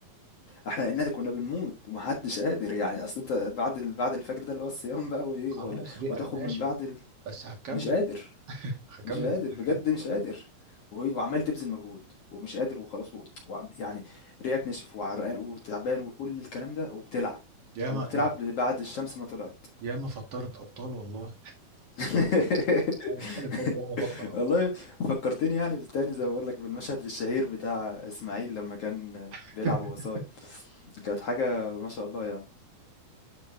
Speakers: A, on the left (about 60°); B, on the right (about 45°).
A: احلى ان كنا بنموت ومحدش قادر يعني اصل انت بعد ال- بعد الفجر ده اللي هو الصيام بقى وايه
B: خلاص
A: وال-
B: ريقك
A: وتاخد
B: ناشف
A: من بعد ال...
B: بس هكمل
A: مش قادر
B: هكمل
A: مش قادر بجد
B: هكمل.
A: مش قادر وهي- وعمال تبذل مجهود ومش قادر وخلاص و... وعم- يعني ريقك نشف وعرقان وتعبان وكل الكلام ده وبتلعب
B: ياما
A: وبتلعب
B: يا-
A: ل- بعد الشمس ما طلعت
B: ياما فطرت ابطال والله
A: <laughs>
B: ياما حد فجر ياما فطر ابطال
A: والله فكرتني يعني تاني زي ما بقول لك بالمشهد الشهير بتاع اسماعيل لما كان
B: <laughs>
A: بيلعب وهو صايم كانت حاجة ما شاء الله يعني